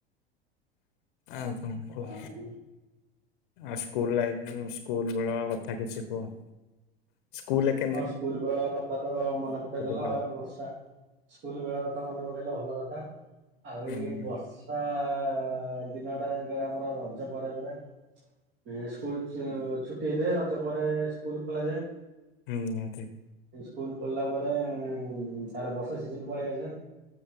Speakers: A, on the left (about 55°); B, on the right (about 40°).
A: ଆଉ କଣ କୁହ?
B: ଆଉ
A: ଆଉ ସ୍କୁଲ ଲାଇଫ୍ ସ୍କୁଲ ବେଳ କଥା କିଛି କୁହ? ସ୍କୁଲେ କେ
B: ହଁ ସ୍କୁଲ ବେଳ କଥା ତ ମନେ ପକେଇଦେଲା
A: ପୂଜା
B: ଏ ବର୍ଷା ସ୍କୁଲ ବେଳ କଥା ମନେ ପକେଇଲେ ଭଲ କଥା ଆଉ
A: ହୁଁ
B: ଏଇ
A: ହୁଁ।
B: ବର୍ଷା ଆ ଆ ଆ ଦିନଟା ଯେତେବେଳେ ଆମର ରଜ ପରେ ପରେ ଏ ସ୍କୁଲ ସେ ଛୁଟି ହେଇଥାଏ ରଜ ପରେ ସ୍କୁଲ ଖୋଲାଯାଏ।
A: ହୁଁ ନିହାତି
B: ସ୍କୁଲ ଖୋଲିଲା ପରେ ଏ ଏ ତାର ବର୍ଷା ସିଜନି ପଳେଇଆସେ।